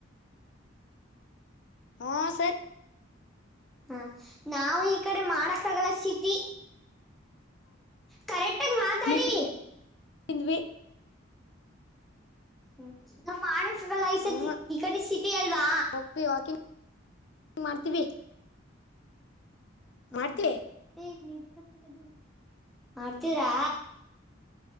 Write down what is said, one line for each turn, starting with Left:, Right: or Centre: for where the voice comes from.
Left: ಹಾ ಸರಿ.
Centre: ಹಾ ನಾವು ಈ ಕಡೆ ಮಾಡಕ್ಕಾಗಲ್ಲ ಸಿಟಿ. ಕರೆಕ್ಟಾಗಿ ಮಾತಾಡಿ.
Left: ಇಡ್ಲಿ ತಿಂದ್ವಿ.
Centre: ಹ್ಮ <unintelligible>
Left: ಹ
Centre: <unintelligible> ಈ ಕಡೆ ಸಿಟಿ ಅಲ್ವಾ.
Left: ಹೋಗ್ತೀವಿ ವಾಕಿಂಗ್ ಮಾಡ್ತೀವಿ.
Centre: ಹ್ಮ್
Left: ಮಾಡ್ತೀವಿ
Centre: ಹ್ಮ್ ಹ್ಮ್. <unintelligible> ಮಾಡ್ತೀರಾ.